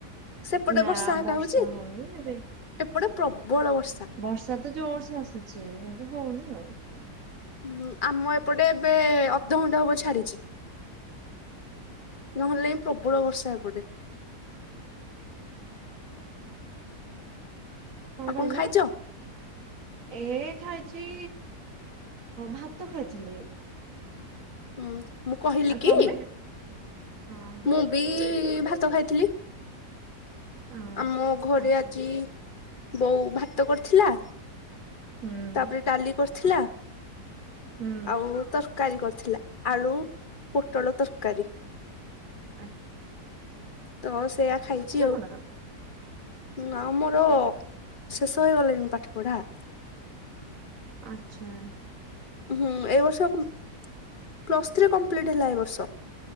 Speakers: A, on the left; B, on the right.
A: ସେପଟେ
B: ନା
A: ବର୍ଷା ହାକା
B: ବର୍ଷା
A: ହଉଛି
B: ହଉନି ଏବେ
A: ଏପଟେ ପ୍ରବଳ ବର୍ଷା।
B: ବର୍ଷା ତ ଜୋର୍ ସେ ଆସୁଛି କିନ୍ତୁ ହଉନି ଆଉ।
A: ହୁଁ ଆମ ଏପଟେ ଏବେ ଅଧେ ଘଣ୍ଟେ ହବ ଛାଡିଛି। ନହେଲେ ନାଇଁ ପ୍ରବଳ ବର୍ଷା ଏପଟେ।
B: କଣ
A: ଆଉ
B: କହିଲ।
A: ଖାଇଛ?
B: ଏ ଖାଇଛି ଭାତ ଖାଇଥିଲି।
A: ହୁଁ ମୁଁ କହିଲି
B: ଆଉ
A: କି
B: ତମେ? ହଁ
A: ମୁଁ ବି ଭାତ ଖାଇଥିଲି।
B: ହଁ
A: ଆମ ଘରେ
B: ଆଚ୍ଛା
A: ଆଜି ବୋଉ ଭାତ କରିଥିଲା।
B: ହୁଁ
A: ତାପରେ ଡାଲି କରିଥିଲା
B: ହୁଁ
A: ଆଉ ତରକାରୀ କରିଥିଲା ଆଳୁ ପୋଟଳ ତରକାରୀ।
B: ଆଁ।
A: ତ ସେୟା ଖାଇଛି ଆଉ।
B: କଣ?
A: ନା ମୋର ଶେଷ ହେଇ ଗଲେଣିି ପାଠପଢା।
B: ଆଛା।
A: ହୁଁ ଏ ବର୍ଷ ପ୍ଲସ୍ ଥ୍ରୀ କମ୍ପ୍ଲିଟ ହେଲା ଏ ବର୍ଷ।